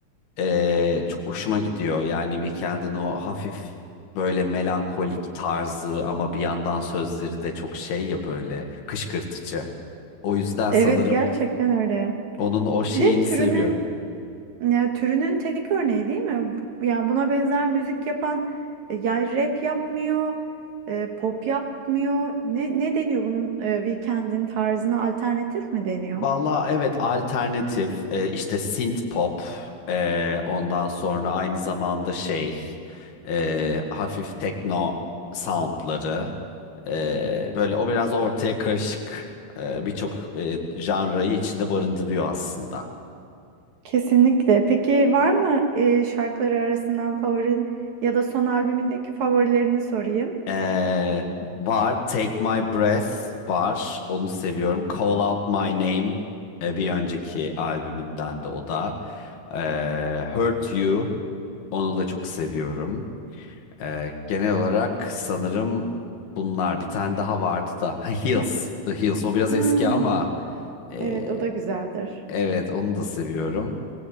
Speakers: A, on the left (about 85°); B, on the right (about 60°).
A: Ee, çok hoşuma gidiyor. Yani Weekend'in o hafif böyle melankolik tarzı ama bir yandan sözleri de çok şey ya böyle kışkırtıcı. O yüzden sanırım
B: Evet gerçekten öyle.
A: onun o şeyini
B: Bir de türünün
A: seviyorum.
B: Ya, türünün tek örneği değil mi? Ya buna benzer müzik yapan e, ya rap yapmıyor, e, pop yapmıyor. Ne ne deniyor bunun e, Weeknd'in tarzına alternatif mi deniyor?
A: Valla evet alternatif e, işte synth pop e, ondan sonra aynı zamanda şey e, hafif tekno soundları e, böyle o biraz ortaya karışık e, birçok e, janrayı içinde barındırıyor aslında.
B: Kesinlikle. Peki var mı e, şarkıları arasından favorin ya da son albümündeki favorilerini sorayım?
A: E, var Take My Breath var onu seviyorum. Call Out My Name e, bir önceki albümünden de o da. E, Hurt You onu da çok seviyorum. Ee, genel olarak sanırım bunlar bir tane daha vardı da Ha, Heels, The Heels o biraz
B: Hmm,
A: eski ama ee,
B: evet o da güzeldir.
A: evet onu da seviyorum.